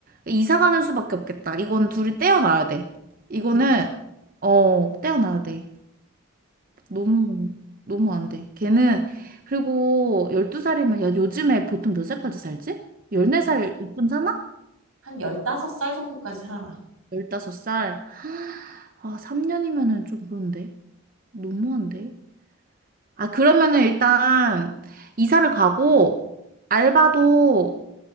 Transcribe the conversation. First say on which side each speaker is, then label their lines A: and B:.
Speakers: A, on the right; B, on the right.
A: 이사 가는 수밖에 없겠다. 이건 둘이 떼어놔야 돼. 이거는,
B: 그,
A: 어, 떼어놔야 돼. 너무 너무 안 돼. 걔는 그리고 12살이면 야 요즘에 보통 몇 살까지 살지? 14살 이쯤 사나?
B: 한다섯 살 정도까지 살아.
A: 15살. 아, 3년이면은 좀 그런데. 너무한데. 아, 그러면은 일단 이사를 가고 알바도